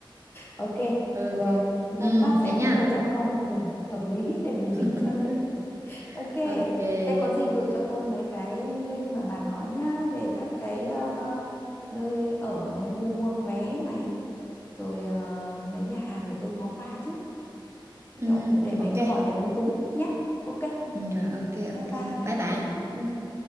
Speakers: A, on the left; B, on the right.
A: Ok.
B: Ok.
A: Rồi, may
B: Ừ,
A: quá sẽ
B: vậy nha.
A: có người chăm con hộ mình, hợp lý để mình đi
B: <laughs>
A: chơi. Ok,
B: Ok.
A: thế có gì gửi cho tôi mấy cái link mà bà nói nhá về các cái ờ, nơi ở này, nơi mua vé này, rồi ờ, mấy nhà hàng để tôi ngó qua trước,
B: Ừ,
A: kiểu để mình
B: ok.
A: khỏi phải lúng túng nhá. Ok,
B: Ừ, rồi ok
A: bye
B: ok.
A: bye.
B: Bye bạn.
A: Ừ.